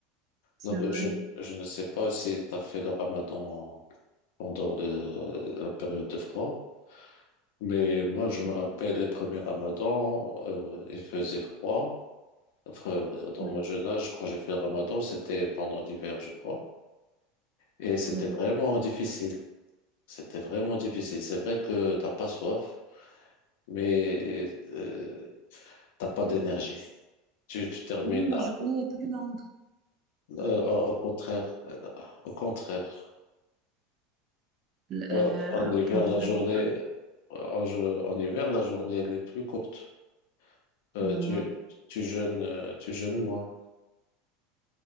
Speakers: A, on the right; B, on the left.
A: c'est
B: Donc,
A: vrai.
B: euh, je, je ne sais pas si tu as fait le ramadan pendant le- la période de froid, mais moi, je me
A: Oui,
B: rappelle les premiers ramadans, euh, il faisait froid. Enfin, dans
A: oui,
B: mon jeune âge, quand j'ai fait le ramadan, c'était pendant l'hiver, je crois. Et c'était
A: oui.
B: vraiment difficile. C'était vraiment difficile. C'est vrai que t'as pas soif, mais euh, t'as pas d'énergie. Tu, tu termines
A: Même la
B: à-
A: journée est plus longue.
B: euh,
A: Euh,
B: au au contraire, euh, au contraire.
A: euh,
B: Euh, en hiver,
A: pendant
B: la
A: le
B: journée,
A: froid.
B: en, jo- en hiver, la journée, elle est plus courte. Euh,
A: Non.
B: tu, tu jeûnes, euh, tu jeûnes moins.